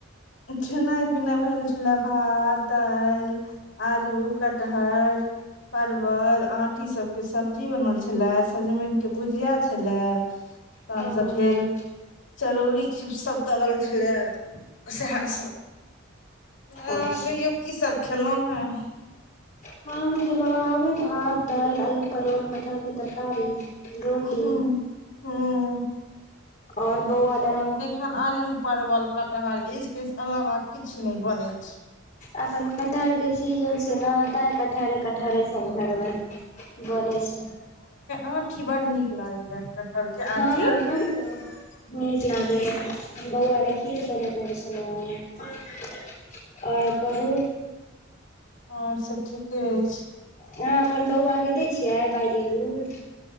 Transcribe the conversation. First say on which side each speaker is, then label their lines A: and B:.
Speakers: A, on the left; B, on the left.
A: खेनाइ पिनाइ भेल छलैऽ भात, दाईल आलू कटहर परवल आंठी सब के सब्जी बनल छल्लैऽ, सजमैन के भुजिया छल्लैऽ।
B: <inaudible>
A: तहन
B: ओ
A: स फेर चरौरी चीप्स सब तरल छल्लैऽ। सेहैऽ सब, अहॉं
B: अच्छा
A: कहियौ की सब खेलौं हैंऽ?
B: हँ खेलौं हंऽ भात, दाईल, आलू परोड़ कटहल के तरकारी। रोटी
A: हूं हूं
B: और बौवा लैऽ हम
A: हम आलू परबल कटहर इज के स-अलावा किछ नैय बनै छै।
B: अखन कटहर के सीजन छ- छै नऽ तै कठहरे- कठहरे सब घर मे बनेै छै।
A: आठी बड नीक लागल कठहर के आठी।
B: हँ हमरो नीक लागैया बौवा लेए खीर बनेने छेलौ हेँ। और कहू?
A: और सब ठीके अइछ।
B: आहाँ अपन बौआके दै छियै बाइली दूध?